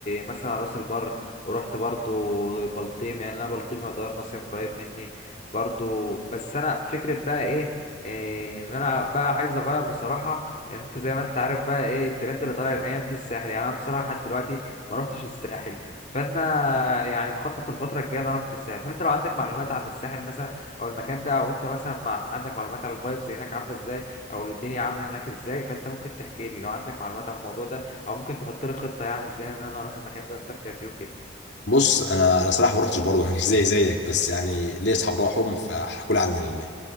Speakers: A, on the left; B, on the left.
A: مثلا راس البر ورحت برضو البلطيم يعني انا بلطيم يعتبر مصيف قريب مني برضو بس انا فكره بقى ايه إيه ان انا بقى عايز اغير بصراحه ان انت زي ما انت عارف بقى ايه الترند اللي طالع الايام دي الساحل يعني انا بصراحه لحد دلوقتي ما روحتش الساحل فانا يعني مخطط في الفتره الجايه إن انا اروح الساحل فانت لو عندك معلومات عن الساحل مثلا او المكان ده او انت مثلا مع عندك معلومات عن الفايبز هناك عامله ازاي او الدنيا عامله هناك ازاي فانت ممكن تحكي لي لو عندك معلومات عن الموضوع ده او ممكن تحط لي خطه يعني ازاي ان انا اروح المكان ده واستمتع فيه وكده
B: بص انا انا صراحه ما رحتش برضه <laughs> زي زيك بس يعني ليا اصحاب راحهم فحكوا لي عن ال-